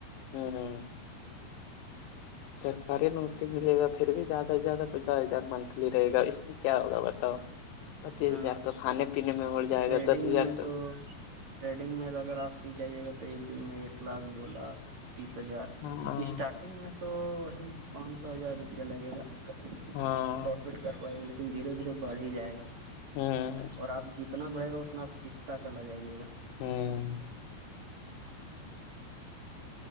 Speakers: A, on the left; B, on the right.
A: ہاں سرکاری نوکری ملے گا پھر بھی زیادہ سے زیادہ پچاس ہزار منتھلی رہے گا اس کیا ہوگا بتاؤ پچیس
B: ہ
A: ہزار تو کھانے پینے میں مڑ جائے
B: ٹریڈنگ
A: گا دس ہزار
B: میں تو تھریڈنگ میں اگر آپ سی جائیے گا تو ایک دن میں ایک لاکھ دو لاکھ تیس ہزار
A: ہاں
B: اسٹارٹنگ میں تو وہی پانچ سو ہزار روپیہ لگے گا پروفٹ
A: ہاں
B: کروائی گے لیکن دھیرے دھیرے بڑھ ہی جائے گا
A: ہوں
B: اور آپ جتنا بڑھے گا اتنا آپ سیکھتا چلا جائیے گا
A: ہوں